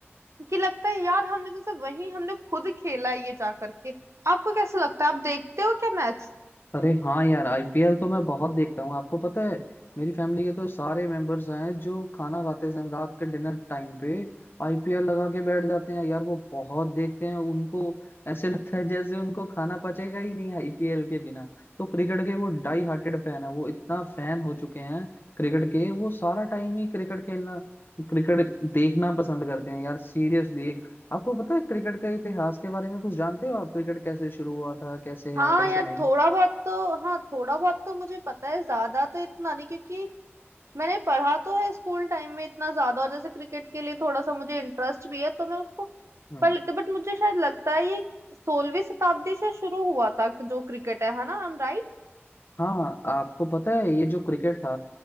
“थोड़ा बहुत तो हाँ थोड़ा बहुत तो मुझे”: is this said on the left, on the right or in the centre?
Right